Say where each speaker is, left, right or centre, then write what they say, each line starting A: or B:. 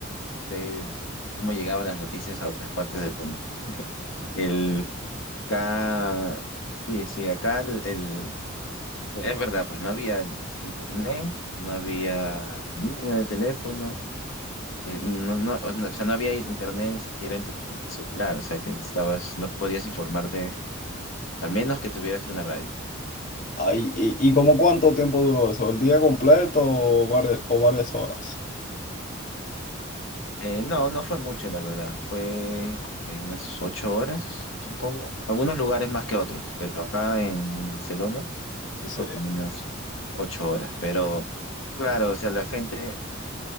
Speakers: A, on the left; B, on the left.
A: de cómo llegaban las noticias a otras partes del mundo. El, acá, sí, sí, acá el, el- es verdad, pues no había internet, no había línea de teléfono, eh, no, no, o no- o sea, no había internet ni siquiera en tu, en el celular, o sea, que estabas, no podías informarte, al menos que tuvieras una radio.
B: Ahí, y, ¿Y como cuánto tiempo duró eso? ¿El día completo o varias, o varias horas?
A: Eh, no, no fue mucho, la verdad. Fue como que unas ocho horas, supongo. Algunos lugares más que otros, pero acá en Barcelona sí
B: Sí,
A: fue como unas ocho horas. Pero claro, o sea, la gente,